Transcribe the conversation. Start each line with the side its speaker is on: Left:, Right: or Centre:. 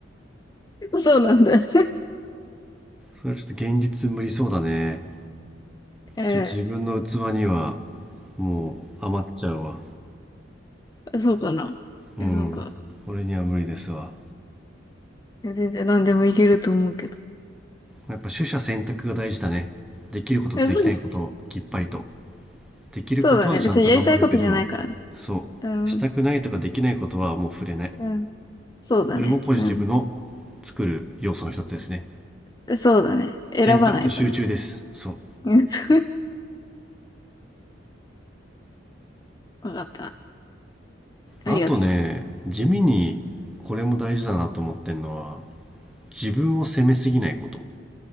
Left: そうなんだ。<laughs>
Centre: それはちょっと現実無理そうだね。
Left: え
Centre: ちょっと自分の器にはもう余っちゃうわ。
Left: ー、そうかな。え、
Centre: うん。
Left: なんか、
Centre: 俺には無理ですわ。
Left: 全然何でもいけると思うけど。
Centre: やっぱ取捨選択が大事だね。できることとできないことをきっぱりと。
Left: え、そう、
Centre: できることはちゃんと頑張るけど、
Left: そうだね。別にやりたいことじゃないからね。
Centre: そう、
Left: うん、
Centre: したくないとかできないことはもう触れない。
Left: うん、そうだね。
Centre: これもポジティブの
Left: うん、
Centre: 作る要素の一つですね。
Left: うん、そうだね。選ばないとね。
Centre: 選択と集中です。そう。
Left: うん <laughs> わかった。ありがと
Centre: あとね、地味にこれも大事だなと思ってんのは、自分を責めすぎないこと。